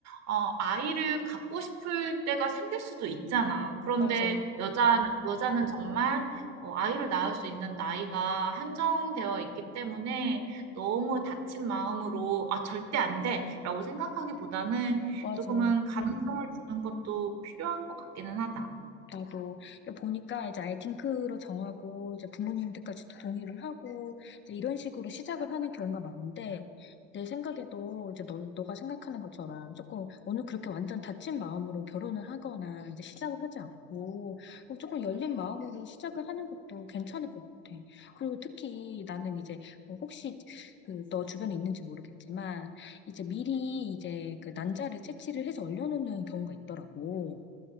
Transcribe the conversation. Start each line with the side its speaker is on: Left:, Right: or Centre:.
Right: 어, 아이를 갖고 싶을 때가 생길 수도 있잖아. 그런데
Left: 맞아,
Right: 여자 여자는 정말 어, 아이를 낳을 수 있는 나이가 한정되어 있기 때문에 너무 다친 마음으로 '아 절대 안 돼.'라고 생각하기보다는
Left: 맞아.
Right: 조금은 가능성을 주는 것도 필요한 것 같기는 하다.
Left: 나도 그러니까 보니까 이제 아예 딩크로 정하고 이제 부모님들까지 동의를 하고 이제 이런 식으로 시작을 하는 경우가 많은데 내 생각에도 이제 너, 너가 생각하는 것처럼 조금 오늘 그렇게 완전 닫힌 마음으로 결혼을 하거나 이제 시작을 하지 않고 뭐 조금 열린 마음으로 시작을 하는 것도 괜찮을 것 같아. 그리고 특히 나는 이제 뭐 혹시 그 너 주변에 있는지 모르겠지만 이제 미리 이제 그 난자를 채취를 해서 얼려놓는 경우가 있더라고.